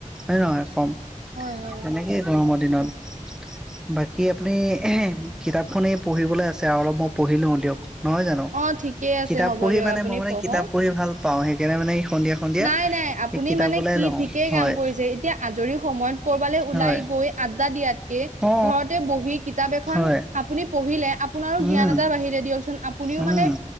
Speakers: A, in the centre; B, on the right (about 70°).
A: হয় নহয় কম
B: হয় হয়
A: তেনেকেই গৰমৰ দিনত বাকী আপুনি কিতাপ খনেই পঢ়িবলৈ আছে আৰু অলপ মই পঢ়ি লও দিয়ক নহয় জানো
B: অ ঠিকেই আছে
A: কিতাপ
B: হ'ব
A: পঢ়ি
B: দিয়ক
A: মানে
B: আপুনি
A: মই মানে
B: পঢ়ক।
A: কিতাপ পঢ়ি ভাল পাওঁ সেইকাৰণে মানে এই সন্ধিয়া
B: নাই নাই আপুনি
A: কিতাপ
B: মানে
A: ওলাই
B: কি
A: লওঁ
B: ঠিকেই
A: হয়
B: কাম কৰিছে এতিয়া আজৰি সময়ত কৰবালৈ ওলাই
A: হয়
B: গৈ আড্ডা দিয়াতকে
A: অ
B: ঘৰতে বহি কিতাপ এখন
A: হয়
B: আপুনি পঢ়িলে আপোনাৰো
A: উম
B: জ্ঞান এটা বাঢ়িলে দিয়কচোন আপুনিও
A: উম
B: মানে